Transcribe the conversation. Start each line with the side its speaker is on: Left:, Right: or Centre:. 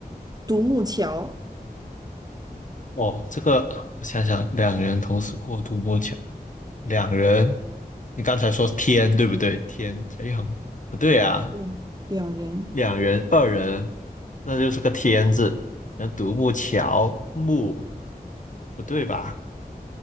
Right: 独木桥。
Left: 哦，这个我想想，两人同时过独摸桥，两人，你刚才说天对不对？天这横不对啊，
Right: 嗯，两人，
Left: 两人、二人，那就是个天字。那独木桥木不对吧？